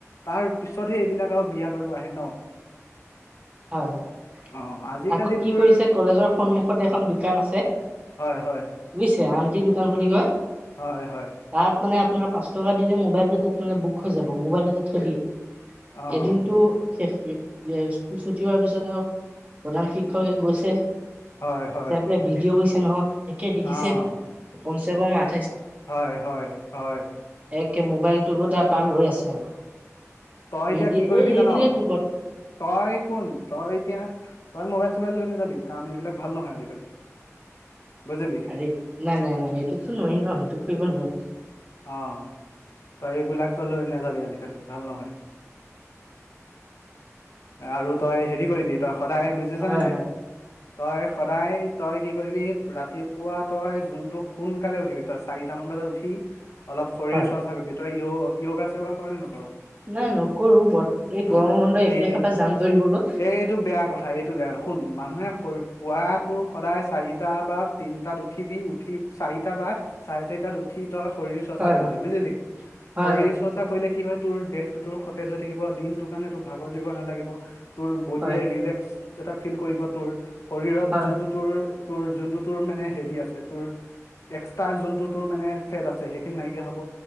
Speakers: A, on the left; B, on the right.
A: তাৰ পিছতহে এইবিলাক আৰু বিয়া বাৰু আহে ন?
B: হয় হয়
A: অ', আজিকালি
B: আকৌ কি
A: তোৰ
B: কৰিছে কলেজৰ সন্মুখতে এখন দোকান আছে
A: হয়, হয়,
B: বুজিছে আন কি দোকান বুলি কয়?
A: হয় হয়
B: তাত মানে আপোনাৰ পাঁচ টকা দিলে মোবাইলটো তাত মানে বুক হৈ যাব, মোবাইলটো যে থৈ দিয়ে।
A: অ',
B: এদিনটো শেষ শে বি <unintelligible> স্কুল ছুটি হোৱাৰ পিছত আৰু প্ৰধান শিক্ষকে গৈছে
A: হয়, হয়,
B: যে আপোনাৰ ভিডিঅ' কৈছে <unintelligible> নহ একে দেখিছে
A: অ'।
B: ক <unintelligible> চব মাত
A: হয় হয় হয়
B: <unintelligible> মোবাইলটো তা পাৰ লৈ আছে আৰু
A: তই
B: ভিডিঅ'
A: এতিয়া কি কৰিবি
B: এৰি
A: জান?
B: দিলে গ্ৰুপত।
A: তই শুন? তই এতিয়া তই মোবাইল-চোবাইল লৈ নাযাবি কাৰণ এইবিলাক ভাল নহয় আজিকালি। বুজিলি
B: আৰেই নাই-নাই-নাই সেইটোতো নোৱাৰি ন সেইটো কৰিব নোৱাৰি।
A: অঁ তই এইবিলাক তই লৈ নাযাবি আজিকালি ভাল নহয়। আৰু তই হেৰি কৰিবি তই সদায়। বুজিছ
B: হয়
A: নে নাই?
B: হয়
A: তই সদায় তই কি কৰিবি ৰাতিপুৱা তই যোনটো সোনকালে উঠিবি, তই চাৰিটামান বজাত উঠি অলপ শৰীৰ-চৰ্চা
B: হয়
A: <unintelligible> তই য় য়োগা-চিয়গা কৰ নে নকৰ?
B: নাই নকৰো ব এই গৰমৰ
A: অঁ
B: বন্ধ এক
A: এইটো!
B: তাৰিখৰ পৰা যাম দৌৰিবলৈ
A: এইটো বেয়া কথা, এইটো বেয়া কথা, শুন মানুহে পোৱাত তোৰ সদায় চাৰিটা বা তিনটাত উঠিবি। উঠি চাৰিটা বা চাৰে চাৰিটাত উঠি- ত‌ই শৰীৰ চৰ্চা
B: হয়
A: কৰিবি
B: হয়
A: বুজিলি।
B: হয়
A: শৰীৰ
B: হয়
A: চৰ্চা কৰিলে কি হয় তোৰ দেহটো তোৰ সতেজ হৈ থাকিব, দিনটো কাৰণে তোৰ ভাগৰ জগৰ নালাগিব। তোৰ বডিয়ে
B: হয়
A: ৰিলেক্স এটা ফিল কৰিব তোৰ শৰীৰত
B: হয়
A: যোনটো তোৰ তোৰ যোনটো তোৰ মানে হেৰি আছে তোৰ এক্সট্ৰাৰ যোনটো তোৰ মানে ফাথ আছে সেইখিনি নাইকিয়া হব